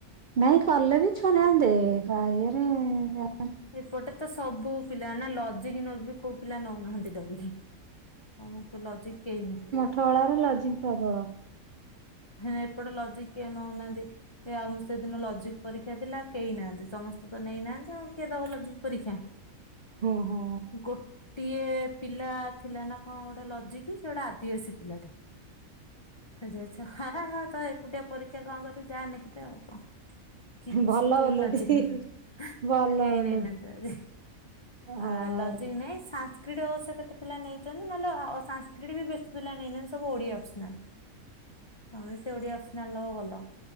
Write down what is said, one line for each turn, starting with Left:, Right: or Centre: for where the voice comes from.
Right: ନାଇଁ କଲେ ବି ଛୁଆ ନାହାନ୍ତି ପା ଇଏ ରେ ଆ
Left: ଏପଟେ ତ ସବୁ ପିଲା ନା ଲଜିକ ନବ କୋଉ ପିଲା ନଉନାହାନ୍ତି ଡରିକି। ହଁ ମ କୁ ଲଜିକ କେହି <unintelligible>
Right: ଫଳାର ଲଜିକ ପ୍ରବଳ।
Left: ହେଁ ଏପଟେ ଲଜିିକ କିଏ ନଉନାହାନ୍ତି। ଏ ଆଉ ମୁଁ ସେଦିନ ଲଜିକ ପରୀକ୍ଷା ଥିଲା କେହି ନାହାନ୍ତି ସମସ୍ତେ ତ ନେଇନାହାନ୍ତି ଆଉ କିଏ ଦବ ଲଜିକ ପରୀକ୍ଷା।
Right: ଓହୋ।
Left: ଗୋଟ ଟିଏ ପିଲା ଥିଲା ନା କଣ ଗୋଟେ ଲଜିକି ସେ ଗୋଟେ ଆଦିବାସୀ ପିଲାଟେ। ସେ ଯାଇଚ ହା ହା ତ ଏକୁଟିଆ ପରୀକ୍ଷା କଣ କରିବ ଯାହା ନିଖି ତ ଆଉ କଣ? କିଛି
Right: ଭଲ
Left: କେହି
Right: ଓଲଟି
Left: ଲଜିକ ନା
Right: ଭଲ
Left: କେହି
Right: ଓଲଟି
Left: ନାଇନାହାନ୍ତି ଆଜି।
Right: ହଉ।
Left: ଆ ଲଜିକ ନାଇଁ ସା କ୍ରୀଡ ସେ କେତେ ପିଲା ନେଇଛନ୍ତି ନହେଲେ ସାଂସ୍କିଡି ବି ବେଶୀ ପିଲା ନେଇନାହାନ୍ତି ସବୁ ଓଡିଆ ଅପସନାଲ। ତମେ ସେଆ ଅପସନାଲ ନବ ଭଲ